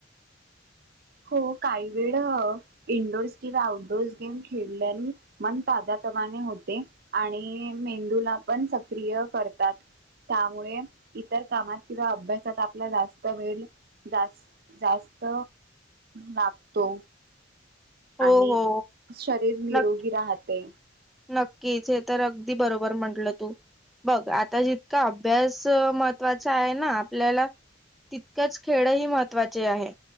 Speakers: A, on the right; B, in the centre.
A: हो काही वेळ इंडोर्स किंवा आउटडोअर्स गेम खेळल्याने मन ताजतवाने होते आणि मेंदूला पण सक्रिय करतात. त्यामुळे इतर कामात किंवा अभ्यासात आपला जास्त वेळ जास्त जास्त लागतो
B: हो
A: आणि
B: हो
A: शरीर निरोगी
B: नक्की
A: राहते
B: नक्कीच हे तर अगदी बरोबर म्हंटलं तू बघ आता जितका अभ्यास महत्त्वाचा आहे ना आपल्याला तितकच खेळ ही महत्त्वाचे आहे